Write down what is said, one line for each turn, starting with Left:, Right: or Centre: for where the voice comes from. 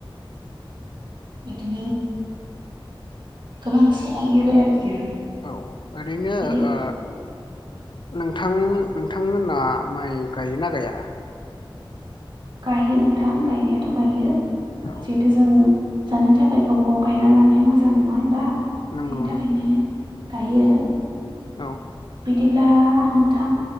Right: बिदिनो गोबां सोलांबोबाय आरोखि
Left: औ ओरैनो
Right: बिदि
Left: ओ नोंथां नोंथांमोनहा माइ गायोना गाया?
Right: गायो नोंथां गायनायाथ' गायो
Left: औ
Right: जिहेथु जों जानो थाखाय गावबा गाव गायना मोजां नङा होनबा बेनि
Left: नंगौ
Right: थाखायनो
Left: नंगौ
Right: गायो।
Left: औ
Right: बिदिब्ला नोंथां